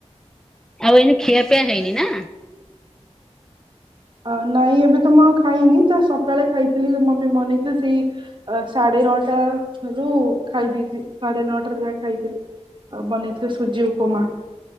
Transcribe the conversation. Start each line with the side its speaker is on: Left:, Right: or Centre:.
Centre: ଆଉ ଏଇନେ ଖିଆପିଆ ହେଇନି ନା?
Right: ଆ ନାଇଁ ଏବେ ତ ମୁଁ ଆଉ ଖାଇନି ଯାହା ସକାଳେ ଖାଇଥିଲି ମମ୍ମୀ ବନେଇଥିଲେ ସେଇ ଅ ସାଢେ ନଅଟା ରୁ ଖାଇ ଦେଇଥି ସାଢେ ନଅଟାରେ ଯାହା ଖାଇଥିଲି। ଆଉ ବନେଇଥିଲେ ସୁଜି ଉପମା।